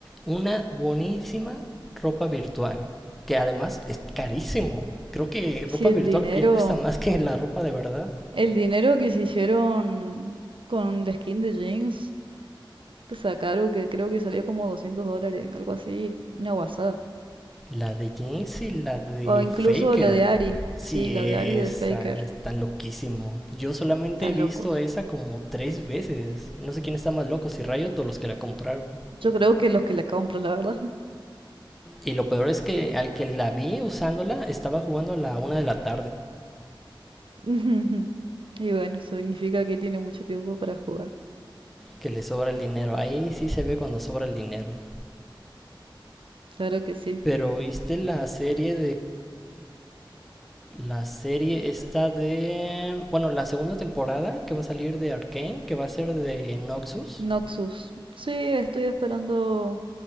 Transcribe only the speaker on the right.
Si
el
dinero,
el dinero que se hicieron con la skin de Jinx, que sacaron, que creo que salía como 200 dólares, algo así, una guasada.
O incluso
la de Ari,
sí, la de Ari de
Faker,
tan
locos.
Yo creo que los que la compran, la verdad.
<laughs> Y bueno, significa que tiene mucho tiempo para jugar.
Claro que sí.
Noxus. Sí, estoy esperando